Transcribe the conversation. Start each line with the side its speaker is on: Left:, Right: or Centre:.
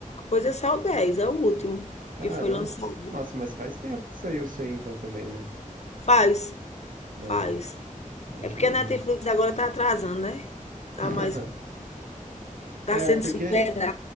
Left: Pois esse é o dez é o último
Right: Caramba.
Left: que foi lançado.
Right: Nossa, mas faz tempo que saiu isso aí então também, né?
Left: Faz, faz.
Right: Ah, imaginei,
Left: É porque a Netflix
Right: né?
Left: agora está atrasando, né? Tá
Right: <laughs>
Left: mais, tá
Right: É,
Left: sendo
Right: porque
Left: superada.